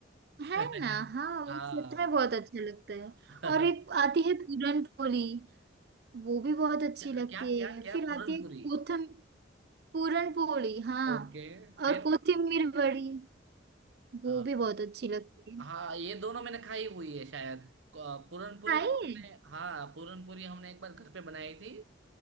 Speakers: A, on the right (about 55°); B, on the right (about 80°).
A: है
B: <laughs>
A: ना हाँ
B: हाँ
A: वो सच में बहुत अच्छा लगता है
B: <laughs> क्या
A: और एक आती है पूरन पोली वो भी बहुत अच्छी
B: क्या
A: लगती
B: क्या
A: है
B: क्या
A: फिर
B: पूरन
A: आती है
B: पूरी
A: कोथम पूरन पोली हाँ
B: ओके फिर
A: और कोथिमीर बड़ी
B: अ,
A: वो भी बहुत अच्छी लगती है
B: हाँ ये दोनों मैंने खाई हुई है शायद क- पूरनपुरी
A: खाई
B: तो
A: है
B: हमने हाँ पूरनपुरी हमने एक बार घर पे बनाई थी